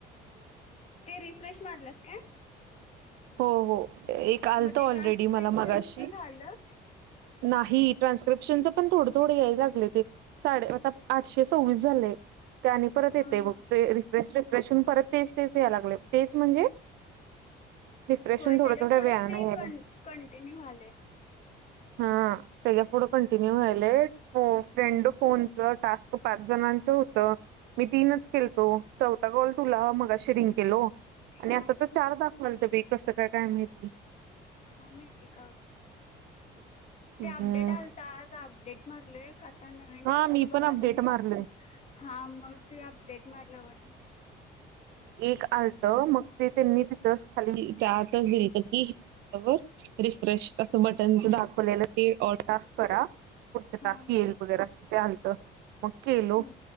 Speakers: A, on the left; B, on the right.
A: रिफ्रेश केलं काय
B: हो हो एक आलत
A: मग ते
B: ऑलरेडी
A: ट्रान्स्क्रिप्शनच
B: मला मगाशी
A: झालं
B: नाही ट्रान्स्क्रिप्शनच पण थोड थोड या लागले एकसे सव्हवीस झाले रिप्लेस केले की परत
A: हा हा
B: येते क्वेश्चन परत तेच तेच यायला लागले तेच म्हणजे रिफ्रेश
A: होय
B: होऊन थोड्या
A: त्याच्या
B: थोड्या
A: पुढंच
B: वेळाने
A: ते
B: यायला
A: कंटिन्यू झाले
B: हा त्याच्या पुढं कंटिन्यू व्हाले फ्रेंड फोनच टास्क पाच जणां मी तीनच केलंत चौथा तुला सुरू केलं आणि
A: हा
B: चारच दाखवायला लागलं कसं काय काय काय माहिती
A: माहित आहे का
B: हम्म
A: ते अपडेट आलत आज अपडेट मारलोय आता नवीन
B: हा
A: टास्क
B: मी
A: बघायला
B: पण अपडेट
A: पाहिजे
B: मारलोय
A: हा मग ते अपडेट मारल्यावर
B: एक आलत मग ते त्यांनी तिथच खाली त्या आतच दिली तर की हे झाल्यावर रिफ्रेश असं बटनच दाखवलेलं ते रिफ्रेश करा पुढचा
A: हा
B: टास्क येईल असं आलं होतं
A: हा